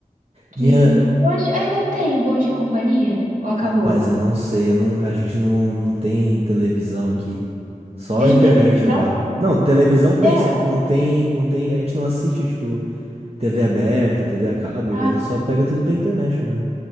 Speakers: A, on the right; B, on the right.
A: Que
B: Minha,
A: eu acho ainda tem o Bom Dia e Companhia ou acabou?
B: Rapaz, eu não sei, eu não, a gente não, não tem televisão aqui. Só
A: Vocês
B: a internet
A: não têm televisão?
B: agora. Não, televisão tem,
A: É,
B: só que não tem, não tem, a gente não assiste, tipo, TV aberta, TV a cabo,
A: ah,
B: a gente
A: se-
B: só pega tudo da internet mesmo.